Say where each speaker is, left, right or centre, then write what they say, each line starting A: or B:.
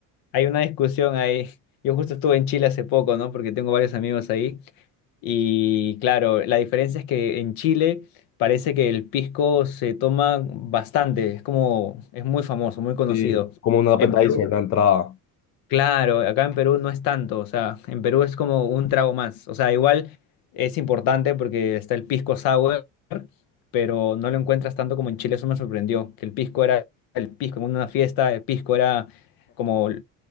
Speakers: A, on the left; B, on the left.
A: Hay una discusión ahí. Yo justo estuve en Chile hace poco, ¿no? Porque tengo varios amigos ahí. Y claro, la diferencia es que en Chile parece que el pisco se toma bastante. Es como, es muy famoso, muy conocido.
B: Sí, como un appetizer,
A: En Perú,
B: la entrada.
A: claro, acá en Perú no es tanto. O sea, en Perú es como un trago más. O sea, igual es importante porque está el pisco sour, pero no lo encuentras tanto como en Chile. Eso me sorprendió, que el pisco era el pisco en una fiesta, el pisco era como